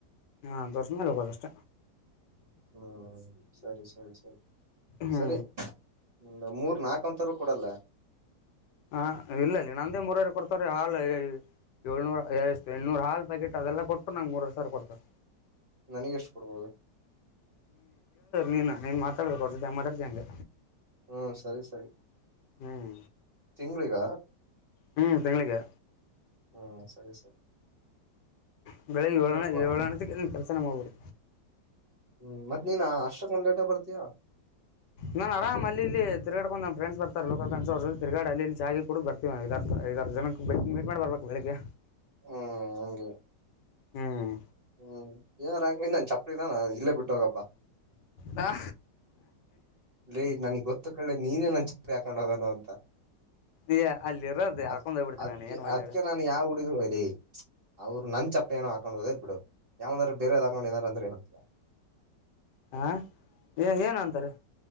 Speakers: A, on the left; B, on the right.
A: ಹಾ ತೊರ್ಸದ್ಮೇಲೆ ಹೋಗದಷ್ಟ
B: ಹ್ಮ್ ಸರಿ ಸರಿ ಸರಿ
A: ಹ್ಞೂ
B: ಸರಿ ಒಂದ್ ಮೂರ್ ನಾಕ್ ಅಂತರು ಕೊಡಲ್ಲ
A: ಹಾ ಇಲ್ಲಲ್ಲೆ ನಂದೇ ಮೂರುವರೆ ಕೊಡ್ತಾರೆ ಹಾಲ ಏಳ್ನೂರ ಎಷ್ಟು ಎಳ್ನೂರು ಹಾಲ್ ಪ್ಯಾಕೆಟ್ ಅದೆಲ್ಲ ಕೊಟ್ಟು ನನ್ಗ ಮೂರುವರೆ ಸಾವ್ರ ಕೊಡ್ತಾರ
B: ನನಗೆ ಎಷ್ಟು ಕೊಡ್ಬೋದು
A: ನೀನ್ ನೀನ್ ಮಾತಾಡಬೇಕ ಅವ್ರ್ ಜೊತೆ ಹೆಂಗ್ ಮಾತಾಡ್ತೀ ಹಂಗೆ
B: ಹ್ಮ ಸರಿ ಸರಿ
A: ಹ್ಮ್
B: ತಿಂಗ್ಳಿಗ
A: ಹ್ಮ್ ತಿಂಗ್ಳಿಗೆ
B: ಹ್ಮ್ ಸರಿ ಸರಿ
A: ್ಮ
B: ಹ್ಮ್
A: ಬೆಳಿಗ್ಗೆ ಏಳ
B: ಯಪ್ಪಾ
A: ಏಳಣದಕ್ಕೆನ್ ಪ್ರರ್ಚನೆ ಮಾಡ್ಬಡ್ು
B: ಹ್ಮ್ ಮತ್ತತ್ ನೀನ್ ಅಷ್ಟಕ್ ಒಂದ್ ಲೇಟ ಬರ್ತಿಯಾ
A: ನಾನ್ ಆರಾಮ್ ಅಲ್ಲಿ ತಿಗಾಕೊಂಡ್ ನ್ ಫ್ರೆಂಡ್ ಬರ್ತಾರೆ ಲೋಕ ಕ ತಿರ್ಗಡ ಅಲ್ಲಿ ಚಾಗಿ ಕೂಡ ಬರ್ತವ ಇದ ಐದಾರು ಜನಕ್ಕೆ ಬೆ ಮೀಟ್ ಮಾಡಿಬರ್ಬೇಕು ಬೆಳಗ್ಗೆ
B: ಹ್ಮ್ ಹಗೆ
A: ಹ್ಮ್
B: ಹ್ಮ್ ಏನಾರಾ ನಿಿಂದ ನನ್ ಚಪ್ಪ ಇದಾನ ಇಲ್ಲೇ ಬಿಟ್ಟು ಹೋಗಪ್ಪಾ
A: ಹಾ
B: ಅೇ ನನಗ್ ಗೊತ್ತು ಕಳ್ಳೆ ನೀನೇ ನನ್ ಚರಿ ಹಾಕೊಂಡ್ ಹೋಗೋಾನ ಅಂತ
A: ಏ ಅಲ್ಲಿರೋದು
B: ಅದ್
A: ಹಾಕೊಂಡ್ ಹೋಗ್ಬಿಡ್ತೀನಿ
B: ಅದ್ಕ್ಕೆ
A: ನಾನು ಏನ್ ಮಾಡ್ಲಿ
B: ಅದ್ಕ
A: ಹೇಳು
B: ನಾನು ಯಾವ ಹುಡುಗರುರಿ ಅವ್ರು ನನ್ ಚಪ್ಪ ಏನೋ ಹಾಕೊಂಡ್ ಓದ್ ಬಿಡು ಯಾವಂದ್ರರು ಬೇರೆದ್ಾಕೊಂಡು ಏನಾರ ಅಂದ್ರೆ ಏತಾ
A: ಹಾ ಏ ಏನ್ ಅಂತಾರೆ